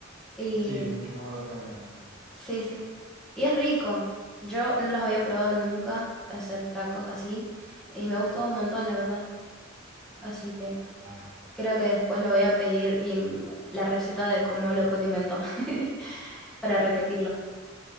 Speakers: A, in the centre; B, on the right (about 65°).
A: Y
B: Sí, mucho más barata que la carne, sí.
A: sí, sí. Y es rico. Yo no los había probado nunca, hacer tacos así, y me gustó un montón, la verdad. Así que
B: Claro.
A: creo que después le voy a pedir bien la receta de cómo lo
B: Sí.
A: condimentó <laughs> para repetirlo.